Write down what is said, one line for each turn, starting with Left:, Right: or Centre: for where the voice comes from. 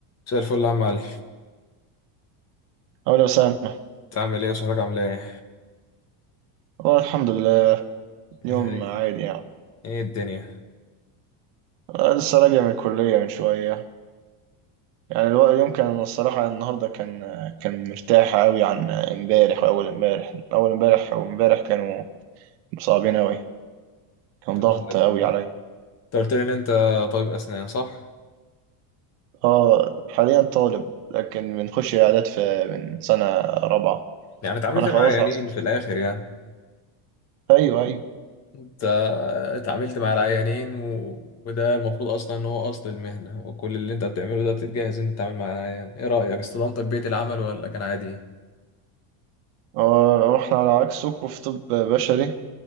Left: مساء الفل يا عم علي
Right: أو لو سامح
Left: انت عامل ايه وصحتك عامله ايه
Right: والله الحمد لله اليوم
Left: ايه
Right: عادي يعني
Left: ايه الدنيا
Right: أنا لسه راجع من الكلية من شوية يعني الوقت اليوم كان الصراحة النهاردة كان كان مرتاح أوي عن امبارح وأول امبارح أول امبارح وامبارح كانوا صعبين أوي كان
Left: يا رب
Right: ضغط
Left: زي الفل
Right: أوي عليا
Left: انت قلت لي ان انت طبيب اسنان صح
Right: اه حاليا طالب لكن بنخش إعداد في من سنة رابعة
Left: يعني اتعاملت
Right: وأنا
Left: مع
Right: خلاص
Left: عيانين في الاخر يعني
Right: أيوه أيوه
Left: انت اتعاملت مع العيانين و... وده المفروض اصلا ان هو اصل المهنه وكل اللي انت بتعمله ده بتتجهز ان انت تتعامل مع العيان ايه رايك استلمت بيئه العمل ولا كان عادي
Right: هو- هو إحنا على عكسكم في طب بشري